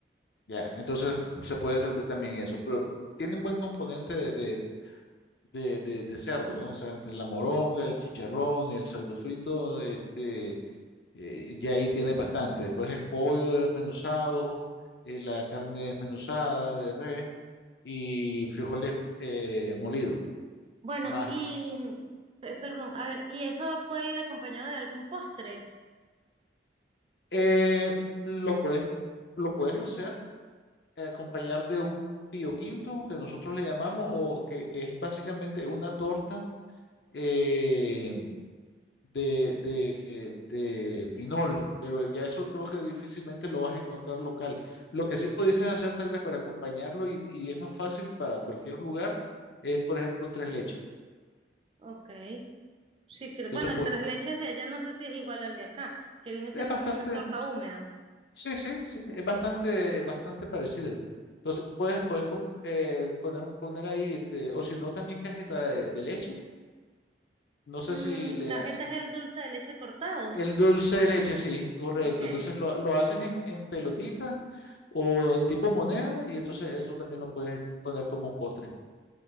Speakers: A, on the left; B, on the right.
A: ya. Entonces se puede servir también eso, pero tiene un buen componente de, de- de, de- de cerdo, ¿no? O sea, entre la moronga, el chicharrón, el cerdo frito, este, eh, ya ahí tienes bastante. Después el pollo desmenuzado, eh, la carne desmenuzada de res y frijoles eh, molidos.
B: Bueno,
A: Más,
B: y, pe- perdón, a ver, ¿y eso puede ir acompañado de algún postre?
A: eh, lo puedes, lo puedes hacer eh, acompañar de un pío quinto que nosotros le llamamos o que, que es básicamente una torta eh, de, de, de pinol, pero ya eso creo que difícilmente lo vas a encontrar local. Lo que sí pudieses hacer tal vez para acompañarlo y, y es más fácil para cualquier lugar es, por ejemplo, un tres leches.
B: Ok. Sí, cre-
A: Entonces,
B: bueno, el
A: pues,
B: tres leches de allá no sé si es igual al de acá, que viene siendo
A: es bastante,
B: como una torta húmeda.
A: sí, sí, sí, es bastante, bastante parecido. Entonces, puedes, puedes com- eh, poner, un, poner ahí, este, o si no, también cajeta de, de leche. No sé
B: Mm,
A: si le,
B: cajeta es el dulce de leche cortado.
A: El dulce de leche, sí, correcto.
B: Ok.
A: Entonces lo, lo haces en, en pelotita o en tipo moneda y entonces eso también lo puedes poner como un postre.